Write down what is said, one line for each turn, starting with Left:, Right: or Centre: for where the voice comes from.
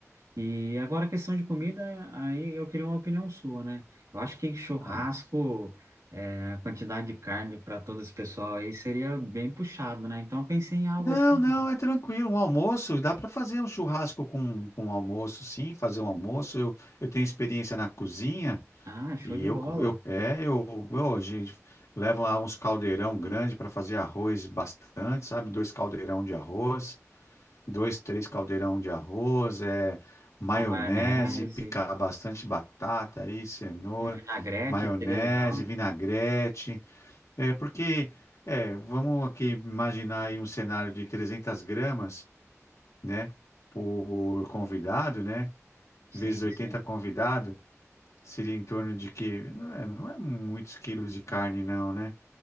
Right: E agora a questão de comida, aí eu queria uma opinião sua, né? Eu acho que churrasco,
Left: ah.
Right: é, a quantidade de carne para todo esse pessoal aí seria bem puxado, né? Então eu pensei em algo
Left: Não,
Right: assim,
Left: não, é tranquilo. Um almoço, dá para fazer um churrasco com, com um almoço, sim, fazer um almoço. Eu, eu tenho experiência na cozinha
Right: ah, show
Left: e
Right: de
Left: eu,
Right: bola,
Left: co- eu é, eu, eu a gente leva lá uns caldeirão grande para fazer arroz bastante, sabe? Dois caldeirão de arroz, dois, três caldeirão de arroz, é maionese,
Right: uma maionese,
Left: picar bastante batata aí, cenoura,
Right: um vinagrete
Left: maionese,
Right: seria legal.
Left: vinagrete. É porque, é, vamos aqui imaginar aí um cenário de 300 gramas, né, por convidado, né,
Right: Sim,
Left: vezes 80
Right: sim.
Left: convidado, seria em torno de que, não é, não é muitos quilos de carne não, né?